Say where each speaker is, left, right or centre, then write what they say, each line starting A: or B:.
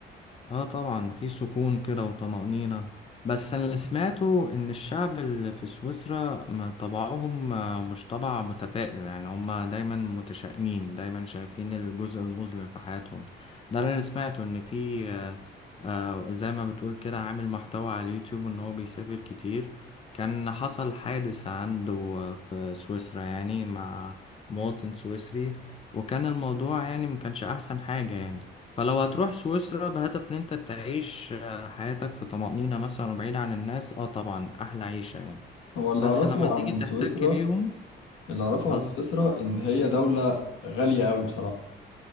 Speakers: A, on the left; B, on the left.
A: اه طبعا في سكون كده وطمأنينة بس انا اللي سمعته ان الشعب اللي في سويسرا ما طبعهم آه، مش طبع متفائل يعني هم دايما متشائمين دايما شايفين الجزء المظلم في حياتهم ده اللي أنا سمعته ان في آه، آه، زي ما بتقول كده عامل محتوى على اليوتيوب ان هو بيسافر كتير كان حصل حادث عنده آه، في سويسرا يعني مع مواطن سويسري وكان الموضوع يعني ما كانش احسن حاجة يعني فلو هتروح سويسرا بهدف ان انت تعيش آه، حياتك في طمأنينة مثلا وبعيد عن الناس اه طبعا احلى عيشة يعني
B: هو اللي
A: بس
B: أعرفه
A: لما تيجي
B: عن
A: تحتك
B: سويسرا
A: بيهم
B: اللي أعرفه
A: اه
B: عن
A: ط-
B: سويسرا إن هي دولة غالية أوي بصراحة